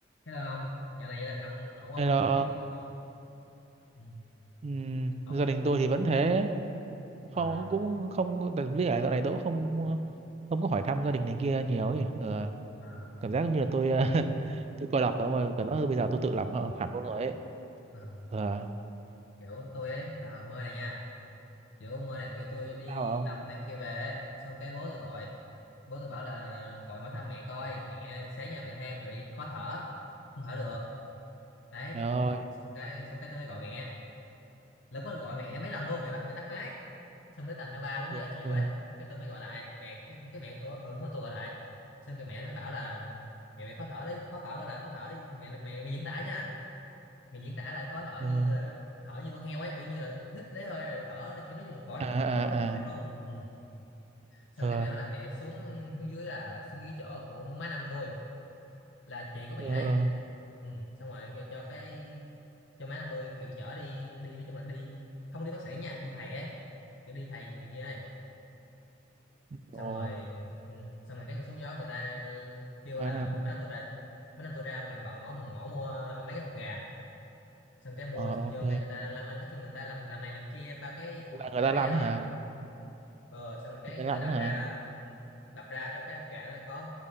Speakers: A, on the left (about 70°); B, on the right (about 35°).
A: Hello ông, dạo này gia đình ông ổn không?
B: Nên là
A: Có biến cố gì không? Ừ,
B: ừm,
A: ổn
B: gia
A: không?
B: đình tôi thì vẫn thế không
A: À,
B: cũng không tại vì là dạo này tôi cũng không không có hỏi thăm gia đình này kia nhiều ấy Ờ,
A: à, à,
B: cảm giác giống như là tôi ờ, <laughs> tôi coi đọc đó mà cảm giác bây giờ tôi tự làm hẳn luôn rồi ấy
A: à.
B: Ờ,
A: Kiểu tôi ấy là hồi mơ này nha Kiểu mơ này kiểu tôi đi
B: sao không
A: tập này kia về ấy. Xong cái bố tôi gọi Bố tôi bảo là gọi hỏi thăm mẹ coi Mẹ sáng giờ mẹ than mẹ bị khó thở Không thở được Đấy
B: rồi
A: Xong cái xong cái tôi mới gọi mẹ Lúc đó gọi mẹ mấy lần luôn Mẹ bắt mẹ tắt máy xong tới tầm nó ba bốn
B: ừ,
A: giờ chiều
B: ừ,
A: ấy cái tôi mới gọi lại mẹ cái, cái mẹ ừ, ừ đúng rồi tôi gọi lại xong cái mẹ mới bảo là mẹ bị khó thở đấy khó thở gọi là khó thở mẹ mẹ mẹ diễn tả nha mẹ diễn tả là khó thở
B: ừ.
A: như là thở như con heo ấy kiểu như là hít lấy hơi rồi thở này kiểu nói chung là khó
B: à
A: rất
B: à
A: rất, rất là khó khăn
B: à
A: luôn ừ. xong
B: ờ
A: cái mẹ nói là mẹ xuống xuống dưới là xuống dưới chỗ của má năm tôi là chị của mẹ
B: ờ
A: ấy
B: ờ.
A: xong, ừ. xong rồi kêu cho cái cho má năm tôi kiểu chở đi đi nói chung là đi không đi bác sĩ nha đi thầy ấy kiểu đi thầy này kia ấy xong
B: ồ
A: rồi ừ, xong rồi cái người xuống gió người ta kêu
B: ba
A: là
B: năm
A: mấy năm tôi ra mấy năm tôi ra ngoài gọn ngõ một ngõ mua mấy cái hột gà xong cái mua
B: ờ
A: xong
B: ok
A: vô cái người ta lăn lăn lăn nói chung là người ta làm làm này làm kia ba cái ổ
B: là người ta
A: ấy
B: lắn
A: rồi
B: hả
A: á ờ xong rồi cái
B: người ta
A: người
B: lắn
A: ta đập
B: hả
A: ra là ừ, đập ra trong cái hột gà nó có